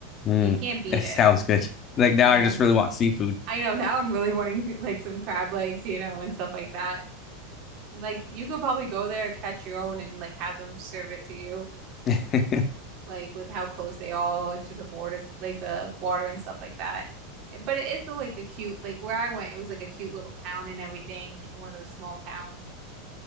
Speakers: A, on the left (about 35°); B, on the right (about 45°).
A: Mm,
B: and you can't beat
A: that
B: it.
A: sounds good. Like now
B: I
A: I
B: know.
A: just really want seafood.
B: I know. Now I'm really wanting like some crab legs, you know, and stuff like that. Like you could probably go there, catch your own, and like have them serve it to you,
A: <laughs> it
B: like with how close they all are to the borders, like the water and stuff like that. But it is a, like a cute, like where I went, it was like a cute little town and everything, like one of those small towns.